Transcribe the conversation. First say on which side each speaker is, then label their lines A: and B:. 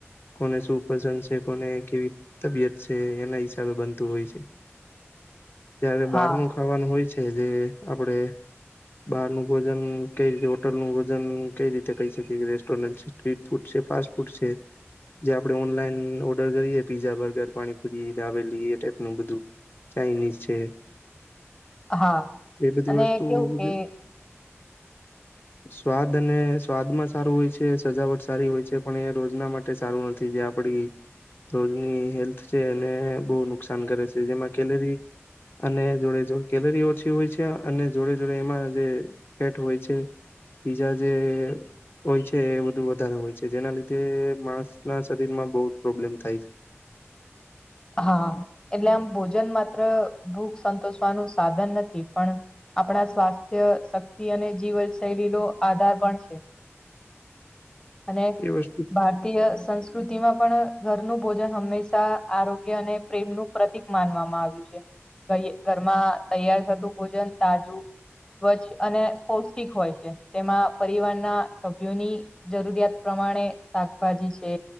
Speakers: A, on the left (about 50°); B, on the left (about 20°).
A: કોને શું પસંદ છે કોને કેવી તબિયત છે એના હિસાબે બનતું હોય છે ત્યારે
B: હા
A: બહાર નું ખાવાનું હોય છે જે આપડે બહાર નું ભોજન કઈ રીતે હોટલ નું ભોજન કઈ રી તે કઈ શકીએ કે રેસ્ટોરન્ટ છે સ્ટ્રીટ ફૂડ છે ફાસ્ટ ફૂડ છે જે આપડે ઓનલાઈન ઓર્ડર કરીએ પીઝા બર્ગર પાણીપુરી દાબેલી એ ટાઈપનું બધું ચાઈનીઝ છે
B: હા
A: એ બધી
B: અને
A: વસ્તુ
B: કેવું
A: <unintelligible>
B: કે
A: સ્વાદ અને સ્વાદમાં સારું હોય છે સજાવટ સારી હોય છે પણ એ રોજના માટે સારું નથી જે આપડી રોજની હેલ્થ છે અને બહુ નુકસાન કરે છે જેમાં કેલરી અને જોડે જો <unintelligible> ઓછી હોય છે અને જોડે જોડે એમાં જે ફેટ હોય છે પીઝા જે હોય છે એ બધું વધારે હોય છે જેના લીધે માણસના શરીર માં બહુ જ પ્રોબ્લેમ થાય
B: હા એટલે આમ ભોજન માત્ર ભૂખ સંતોષવાનું સાધન નથી પણ આપડા સ્વાસ્થ્ય શક્તિ અને જીવન શૈલીનો આધાર પણ છે અને
A: એ વસ્તુ
B: ભાર તીય સંસ્કૃતિમાં પણ ઘરનું ભોજન હંમેશા આરો ગ્ય અને પ્રેમ નું પ્રતિક માનવામાં આવ્યું છે ઘરમાં તૈયાર થતું ભોજન તાજું સ્વચ્છ અને પૌષ્ટિક હોય છે તેમાં પરિવારના સભ્યોની જરૂરિયાત પ્રમાણે શાકભાજી છે